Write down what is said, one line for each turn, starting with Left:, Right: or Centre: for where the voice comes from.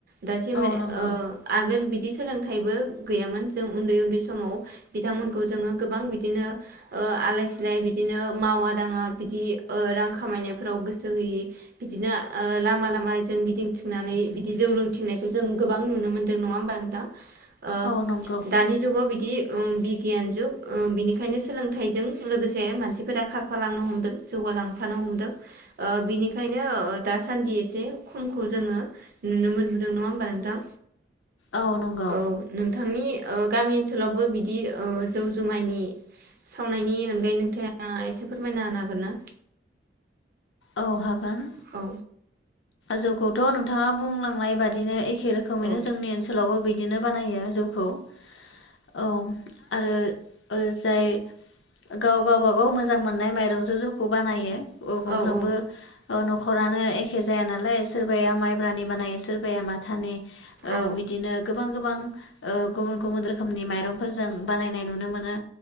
Right: दासिम
Left: औ
Right: ओ
Left: नंगौ
Right: आगोल बिदि सोलोंथाइबो गैयामोन जों उन्दै उन्दै समाव बिथांमोनखौ जोङो गोबां बिदिनो ओ आलाय सिलाय बिदिनो मावा दाङा बिदि ओ रां खामायनायफोराव गोसो होयि बिदिनो ओ लामा लामाजों गिदिंथिंनानै बिदि जौ लोंथिंनायखौ जों गोबां नुनो मोन्दों नङा होमबा नोंथां? ओ
Left: औ नंगौ
Right: दानि जुगाव बिदि उम बिगियान जुग ओ बिनिखायनो सोलोंथाइजों लोगोसे मानसिफोरा खारफालांनो हमदों। जौगालांफानो हमदों ओ बिनिखायनो दासान्दि एसे खमखौ जोङो नुनो मोनबोदों, नङा होमबा नोंथां?
Left: औ नंगौ
Right: औ नोंथांनि ओ गामि ओनसोलावबो बिदि ओ जौ जुमायनि सावनायनि अनगायै नोंथाङा एसे फोरमायना होनो हागोन ना?
Left: औ हागोन।
Right: औ।
Left: जौखौथ' नोंथाङा बुंलांनाय बादिनो ए खे रोखोमैनो
Right: औ
Left: जोंनि ओनसोलावबो बि बिदिनो बानायो जौ खौ औ। आरो ओ जाय गाव गावबागाव मोजां मोननाय माइरंजों जौखौ बानायो अखम
Right: औ
Left: फ्रोमबो न'खरानो एखे जाया नालाय सोरबाया माइब्रानि बानायो सोरबा बाया माथानि ओ
Right: औ
Left: बिदिनो गोबां गोबां ओ गुबुन गुब गुबुनुु रोखोमनि माइरंफोरजों बानायनाय नुनो मोनो।